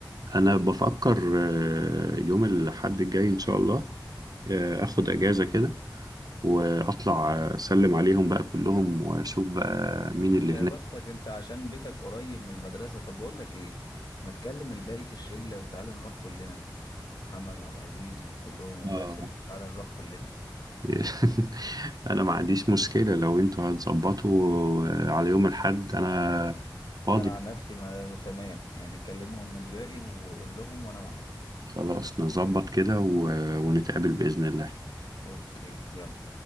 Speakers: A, on the right; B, on the left.
A: انا بفكر آه، يوم الاحد الجاي ان شاء الله آه، اخد اجازه كده واطلع اسلم عليهم بقى كلهم واشوف بقى مين اللي
B: يا
A: هناك
B: بختك انت عشان بيتك قريب من المدرسة طب بقول لك ايه ما تكلم الباقي الشلة وتعالى نروح كلنا محمد عبد العزيز وكلهم وباسم
A: اه
B: وتعالى نروح كلنا
A: <laughs> انا ما عنديش مشكلة لو انتوا هتظبطوا على يوم الاحد انا
B: آه،
A: فاضي
B: انا عن نفسي ما... تمام يعني كلمهم الباقي وقول لهم وانا معاك
A: خلاص نظبط كده و... ونتقابل بإذن الله
B: اوكي يلا